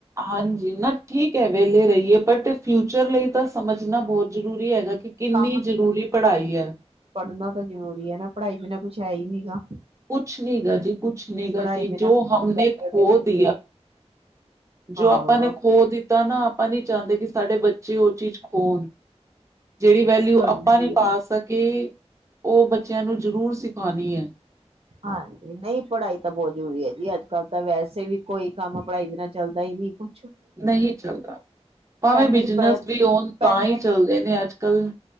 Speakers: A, on the right (about 25°); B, on the right (about 60°).
A: ਹਾਂਜੀ ਨਾ ਠੀਕ ਹੈ ਵੇਲੇ ਰਹੀਏ ਬਟ ਫਿਊਚਰ ਲਈ ਤਾਂ ਸਮਝ ਬਹੁਤ ਜ਼ਰੂਰੀ ਹੈਗਾ ਕਿ ਕਿੰਨੀ
B: ਕੰਮ
A: ਜ਼ਰੂਰੀ ਪੜ੍ਹਾਈ ਹੈ
B: ਪੜ੍ਹਨਾ ਜ਼ਰੂਰੀ ਹੈ ਨਾ ਪੜ੍ਹਾਈ ਬਿਨਾ ਕੁੱਛ ਹੈ ਹੀ ਨੀ ਗਗਾ
A: ਕੁਛ ਨਹੀਂੀ ਗਾ ਜੀ ਕੁਛ ਨਹੀਂੀ ਗਾ
B: ਪੜ੍ਹਾਈ
A: ਜੀ
B: ਬਿਨਾਂ
A: ਜੋ
B: ਕੁਛ
A: ਹਮ
B: ਨੀ
A: ਨੇ
B: ਕਰ
A: ਖੋ
B: ਸਕਦੇ ਤੁਸੀਂ
A: ਦ
B: ਹਾਂ।
A: ਜੋ ਆਪਾਂ ਨੇ ਖੋ ਦਿੱ ਤਾਂ ਨਾ ਆਪਾਂ ਨੀ ਚਾਹੁੰਦੇ ਕਿ ਸਾਡੇ ਬੱਚੇ ਉਹ ਚੀਜ਼ ਹਨ ਜਿਹੜੀ ਵੈਲਿਊ
B: ਹਾਂਜੀ।
A: ਆਪਾਂ ਨਹੀਂੀ ਪਾ ਸਕੇ ਉਹ ਬੱਚਿਆਂ ਨੂੰ ਜ਼ਰੂਰ ਸਿਖਾਉਣੀ ਹੈ
B: ਹਾਂਜੀ ਨਹੀਂ ਪੜ੍ਹਾਈ ਤਾਂ ਬਹੁਤ ਜ਼ਰੂਰੀ ਹੈ ਜੀ ਅੱਜ ਕੱਲ੍ਹ ਤਾਂ ਵੈਸੇ ਵੀ ਕੋਈ ਕੰਮ ਪੜ੍ਹਾਈ ਬਨਾਂ ਚੱਲਦਾ ਹੀ ਨਹੀਂੀ ਕੁ
A: ਨਹੀਂ ਚੱਲਦਾ ਭਾਵੇਂ
B: ਪਹਿਲੇ
A: ਬਿਜਨਸ
B: ਹੀ ਪ
A: ਵੀ ਹੋਉਣ
B: ਪਹਿਲੇ
A: ਤਾਂ ਹੀ ਚੱਲਦੇ ਨੇ ਅੱਜ ਕੱਲ